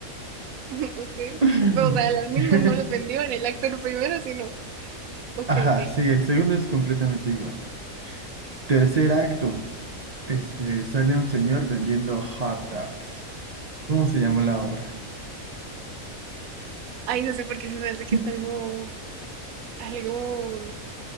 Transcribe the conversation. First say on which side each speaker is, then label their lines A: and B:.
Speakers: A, on the right; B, on the right.
A: <laughs> ok.
B: <laughs>
A: O sea, las mismas no lo prendió en el actor primero, sino, ok,
B: Ajá,
A: ok.
B: sí, el segundo es completamente igual. Tercer acto, este, sale un señor vendiendo hot dogs. ¿Cómo se llamó la obra?
A: Ay, no sé por qué se me hace que
B: <laughs>
A: es algo, algo